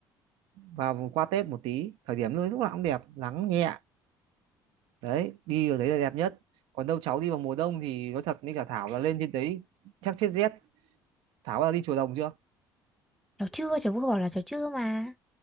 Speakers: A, on the right; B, in the centre.
A: và qua Tết một tí thời điểm lúc lúc nào cũng đẹp nắng nhẹ đấy đi vào đấy là đẹp nhất còn đâu cháu đi vào mùa đông thì nói thật với cả Thảo là lên trên đấy chắc chết rét Thảo là đi chùa Đồng chưa
B: cháu chưa cháu vừa bảo là cháu chưa mà